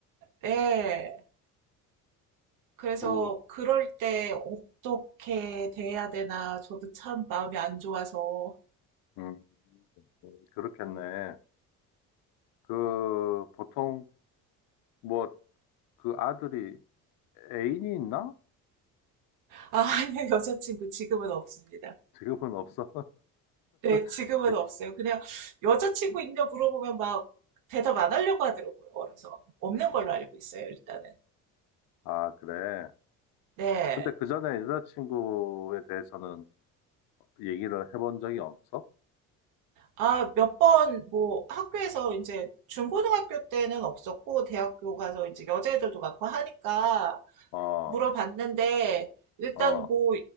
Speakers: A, on the right (about 75°); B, on the left (about 85°).
A: 네. 그래서
B: 그,
A: 그럴 때 어떻게 대해야 되나 저도 참 마음이 안 좋아서
B: 음, 음, 그렇겠네. 그, 보통, 뭐, 그 아들이 애인이 있나?
A: 아, <laughs> 아니요, 여자친구 지금은 없습니다.
B: 지금은 없어.
A: 네, 지금은
B: <laughs>
A: 없어요. 그냥 여자친구 있냐 물어보면 막 대답 안 하려고 하더라고요. 그래서 없는 걸로 알고 있어요, 일단은.
B: 아, 그래.
A: 네.
B: 근데 그 전에 여자친구에 대해서는 얘기를 해본 적이 없어?
A: 아, 몇 번 뭐 학교에서 이제 중고등학교 때는 없었고 대학교 가서 이제 여자애들도 많고 하니까
B: 어,
A: 물어봤는데 일단
B: 어,
A: 뭐